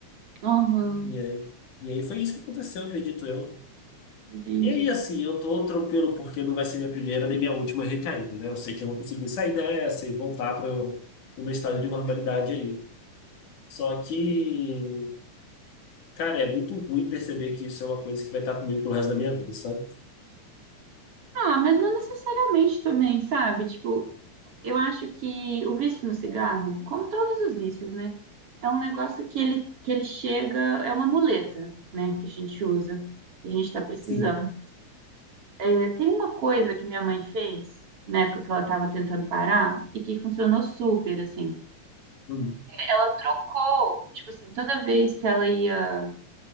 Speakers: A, on the right; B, on the left.
A: Aham,
B: E, aí- e aí foi isso que aconteceu, acredito eu.
A: entendi.
B: E aí, assim, eu tô tranquilo porque não vai ser minha primeira nem minha última recaída, né? Eu sei que eu vou conseguir sair dessa e voltar para o meu estado de normalidade ali. Só que, cara, é muito ruim perceber que isso é uma coisa que vai estar comigo pelo resto da minha vida, sabe?
A: Ah, mas não necessariamente também, sabe? Tipo, eu acho que o vício no cigarro, como todos os vícios, né? É um negócio que ele, que ele chega, é uma muleta, né? Que a gente usa, que a gente tá precisando.
B: Sim.
A: É, tem uma coisa que minha mãe fez na época que ela tava tentando parar e que funcionou super, assim.
B: Hum.
A: ela trocou, tipo assim, toda vez que ela ia,